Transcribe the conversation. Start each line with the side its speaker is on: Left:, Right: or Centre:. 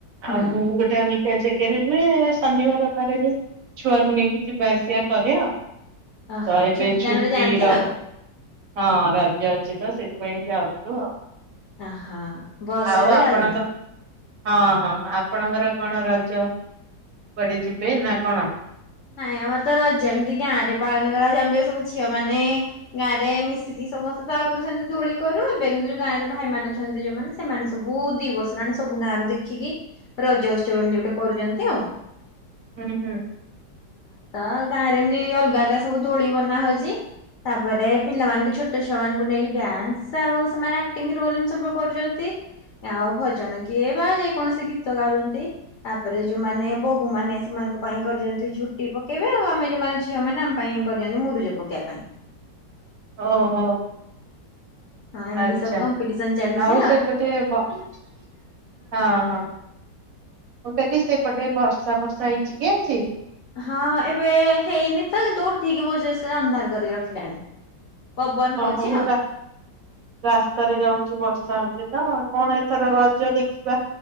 Left: ହୁଁ।
Right: ଆଉ ମୁଁ ଗୋଟେ ଅଲ ଜାଗାରେ ହୁଏ ଶନିବାର ରବିବାର ହେଲେ ଛୁଆକୁ ନେଇକି ଯିବା ଆସିବା କରେ ଆଉ।
Left: ଓହୋ
Right: ତ ଏବେ ଛୁଟି
Left: ଟାଇମ ରେ ଯାଆନ୍ତି
Right: ର
Left: ଆଉ
Right: ହଁ ରାଜ ଅଛି। ତ ସେଥିପାଇଁ ଯାଉଛୁ ଆଉ।
Left: ଓହୋ ବସ
Right: ଆଉ
Left: ରେ ଏବେ
Right: ଆପଣଙ୍କ
Left: ଯାଉଛନ୍ତି।
Right: ହଁ ହଁ ଆପଣଙ୍କର କଣ ରଜ
Left: <inaudible>
Right: କୁଆଡେ ଯିବେ ନା କଣ?
Left: ନାଇଁ ଆମର ତ ରଜା ଏମିତି ଗାଁ ରେ ପାଳନ କରାଯାଉଛି। ଆମ ଯଉ ସବୁ ଝିଅ ମାନେ ଗାଁ ରେ ମିଶିକି ସମସ୍ତେ ତ ଆଗରୁ ସେମିତି ଦୋଳି କରୁ ଏବେ କିନ୍ତୁ ଯୋଉ ଗାଁରେ ଭାଇ ମ ଅଛନ୍ତି ଯୋଉମାନେ ସେମାନେ ସବୁ ଦି ବର୍ଷ ହେଲାଣି। ସବୁ ଗାଁ ରରୁ ଦେଖିକି ରଜ ଉତ୍ସବ ଏମିତି ଗୋଟେ କରୁଛନ୍ତି ଆଉ। <inaudible>
Right: ହୁଁ ହୁଁ
Left: ତ ଗାଁ ରେ ଏମତି ଅଲଗା ଅଲଗା ସବୁ ଦୋଳି ବନା ହଉଛି। ତାପରେ ପିଲାମାନଙ୍କୁ ଛୋଟ ଛୁଆ ମାନଙ୍କୁ ନେଇକି ଡ୍ୟାନ୍ସ ଆଉ ସେମାନେ ଆକ୍ଟିଙ୍ଗ ରୋଲ ଏ ସବୁ କରୁଛନ୍ତି। ଆଉ ଭଜନ କିଏ ବା ଯେକୌଣସି ଗୀତ ଗାଉଛନ୍ତି। ତାପରେ ଯୋଉମାନେ ବୋହୁ ମାନେ ସେମାନଙ୍କ ପାଇଁ କରିଛନ୍ତି। ଝୁଟି ପକେଇବେ ଆଉ ଆମେ ଯୋଉମାନେ ଝିଅ ମାନ ଆମ ପାଇଁ କରିଛନ୍ତି ମୁରୁଜ ପକେଇବା ପାଇଁ।
Right: ଓହୋ
Left: ହଁ ଏମିତି
Right: ଆଛା
Left: ସବୁ କମ୍ପିଟିସନ ଚାଲିଛି
Right: ଆଉ ସେଇପଟେ <inaudible> ହଁ ହଁ <inaudible> ମୁଁ କହିଲି ସେପଟ ଏ ବର୍ଷା ଫର୍ଷା ହେଇଛି କି ଆଜି।
Left: ହଁ ଏବେ ହେଇନି ତ କିନ୍ତୁ ଉଠିକି ବୋହୁ ଜୋରସେ ଅନ୍ଧାର କରିକି ରଖିଲାଣି। ପବନ ହଉଛି
Right: ଓ ହୋ ମୁଁ
Left: ଆଉ।
Right: ରାସ୍ତାରେ ଯାଉଛି ବର୍ଷା ହଉଛି। ତ କଣ ଏଥର ରଜ ଦେଖିବା